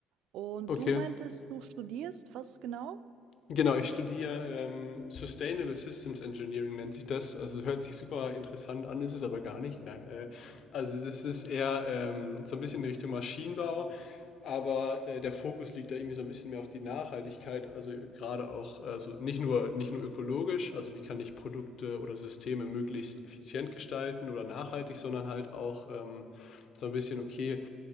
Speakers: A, on the right; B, on the left.
A: Und
B: Okay.
A: du meintest, du studierst, was genau?
B: Genau, ich studiere ähm, Sustainable Systems Engineering nennt sich das. Also hört sich super interessant an, ist es aber gar nicht. Nein, äh, also das ist eher ähm, so ein bisschen in Richtung Maschinenbau, aber äh, der Fokus liegt da irgendwie so ein bisschen mehr auf die Nachhaltigkeit. Also gerade auch, also nicht nur nicht nur ökologisch, also wie kann ich Produkte oder Systeme möglichst effizient gestalten oder nachhaltig, sondern halt auch ähm, so ein bisschen okay